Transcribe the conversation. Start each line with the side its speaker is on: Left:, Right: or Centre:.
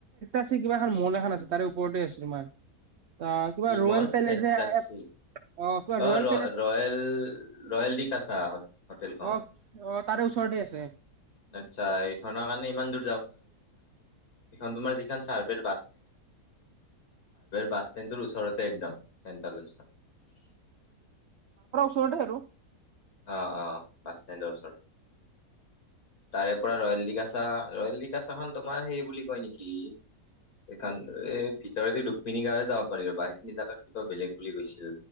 Right: আছে কিবা এ মল এখন আছে তাৰে ওপৰতে আছে তোমাৰ। অ কিবা
Left: কি
Right: ৰয়েল
Left: মল
Right: পেলেচ।
Left: ফেক্টাচি অ
Right: কিবা ৰয়েল
Left: ৰয়
Right: পেলেচ
Left: ৰয়েল ৰয়েল দিক আছা আহত। হোটেলখন
Right: অ অ তাৰে ওচৰতে আছে
Left: আচ্ছা এইখনৰ কাৰণে ইমান ন তম তোমাৰ যি কিছুমান চাৰভে বাষ্টোৰ তেটটৰ উওচৰতে একদম <unintelligible>
Right: চ আৰু
Left: অ অ বাছ ষ্টেণ্ডৰ ওচৰত। তাৰে পৰা ৰয়েল ডিকাাচা ৰয়েল ডিকাচা খন তোমাৰ সেই বুলি কয় নেকি? সেইান এই ভিতৰতে ৰুক্মিণী গাঁৱে যাব পাৰি ৰব সেইখিনি জোগাত কিবা বেলেগ বুলি কৈছিল।